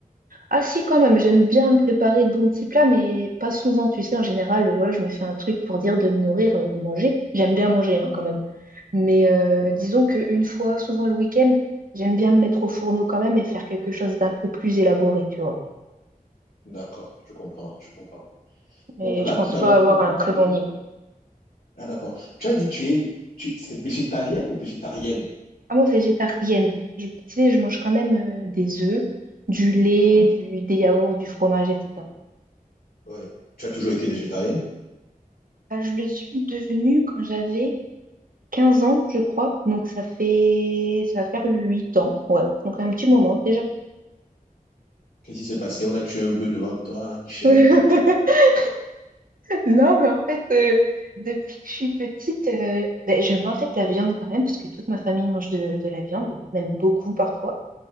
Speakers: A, on the right (about 65°); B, on the left (about 80°).
A: Ah si, quand même, j'aime bien me préparer de bons petits plats, mais pas souvent, tu sais, en général, euh, voilà, je me fais un truc pour dire de me nourrir, euh, de manger. J'aime bien manger, hein, quand même. Mais euh,
B: Mhm.
A: disons qu'une fois, souvent le week-end, j'aime bien me mettre au fourneau quand même et faire quelque chose d'un peu plus élaboré, tu vois.
B: D'accord, je comprends, je comprends.
A: Mais
B: Bon, là,
A: je pense
B: tout à
A: pas
B: l'heure,
A: avoir
B: tu as
A: un
B: dit
A: très
B: que tu
A: bon
B: es...
A: niveau.
B: Ah, d'accord. Tu as dit que tu es... tu- C'est végétalienne ou végétarienne?
A: Ah, moi, végétarienne, je, tu sais, je mange quand même euh, des œufs, du lait,
B: Oui.
A: du, des yaourts, du fromage, etc.
B: Oui. Tu as toujours été végétarienne?
A: Bah, je le suis devenue quand j'avais 15 ans, je crois. Donc ça fait ça va faire 8 ans. Ouais. Donc un petit moment déjà.
B: Qu'est-ce qui s'est passé? On a tué un bœuf devant toi, une chèvre.
A: <laughs>
B: ou bien-
A: Non, mais en fait, euh, depuis que je suis petite, euh, ben, je mangeais de la viande quand même, parce que toute ma famille mange de, de la viande, même beaucoup parfois.